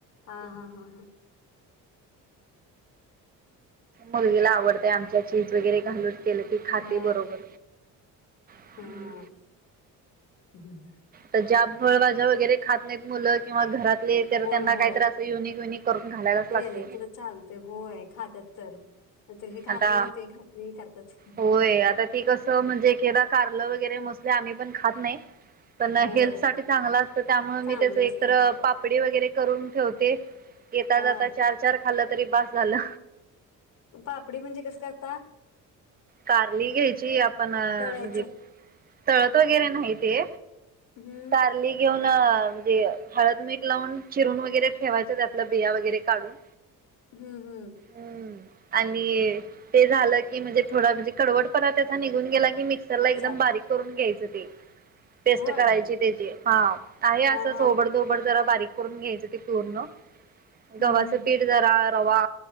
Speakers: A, on the left; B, on the right.
A: हा हा हा हा
B: मुलगीला आवडतय आमच्या चीज वगैरे घालून गेलं की खाते
A: हा
B: बरोबर हम्म.
A: हा ह्
B: तर ज्या फळभाज्या वगैरे खात नाहीत मुलं किंवा घरातले तर
A: होय
B: त्यांना
A: होय
B: काहीत असं युनिक युनिक करून घालायलाच
A: केलं
B: लागतंय
A: तर चालतंय होय खात्यात तर तर हे खात
B: आता
A: नाही ते खात नाही करतात
B: होय आता ती कसं म्हणजे एकेकदा कारलं वगैरे मस्त आम्ही पण खात नाही पण
A: होय
B: हेल्थसाठी चांगलं असतं त्यामुळे
A: चांगलं
B: मी त्याच एकतर
A: असते होय
B: पापडी वगैरे करून ठेवते येता
A: हा
B: जाता चार चार खाल्लं तरी बास झालं
A: पापडी म्हणजे कसं करता
B: कारली घ्यायची आपण
A: तळायचं
B: म्हणजे तळत वगैरे नाही ते
A: हम्म
B: कारली घेऊन म्हणजे हळद मीठ लावून चिरून वगैरे ठेवायचं त्यातलं बिया वगैरे काढून
A: हम्म हम्म
B: हम्म आणि ते झालं की म्हणजे थोडा म्हणजे कडवटपणा त्याचा निघून गेला की मिक्स एकदम
A: चा
B: बारीक करून घ्यायच ते टेस्ट
A: होय
B: करायची त्याची हा आहे असं
A: हा हा
B: ओबडधोबड जरा बारीक करून घ्यायचं ते पूर्ण
A: हम्म
B: गव्हाच
A: हम्म
B: पीठ जरा रवा